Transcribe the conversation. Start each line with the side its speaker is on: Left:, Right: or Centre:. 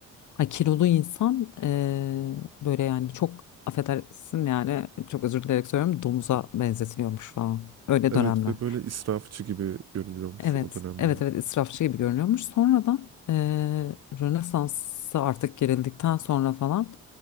Left: Ay kilolu insan eee, böyle yani çok affedersin yani çok özür dileyerek söylüyorum domuza benzetiliyormuş falan. Öyle
Right: Evet
Left: dönemler.
Right: ve böyle israfçı gibi görünüyormuş
Left: Evet,
Right: o dönemlerde.
Left: evet, evet israfçı gibi görünüyormuş. Sonradan eee Rönesans'a artık girildikten sonra falan